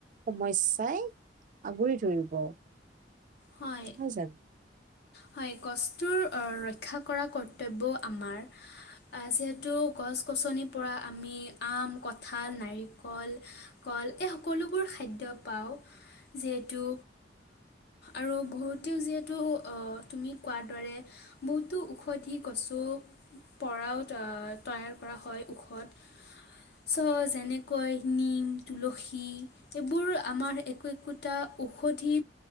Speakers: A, on the right; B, on the left.
A: সমস্যাই আগুৰি ধৰিব
B: হয়
A: নহয় জানো
B: হয় কষ্টুৰ ৰক্ষা কৰা কৰ্তব্যও আমাৰ যিহেতু গছ গছনিৰ পৰা আমি আম কঁঠাল নাৰিকল কল এই সকলোবোৰ খাদ্য পাওঁ যিহেতু আৰু বহুতেও যিহেতু তুমি কোৱাৰ দৰে বহুতো ঔষধি গছৰ পৰাও তৈয়াৰ কৰা হয় ঔষধ চ যেনেকৈ নিম তুলসী এইবোৰ আমাৰ একো একোটা ঔষধি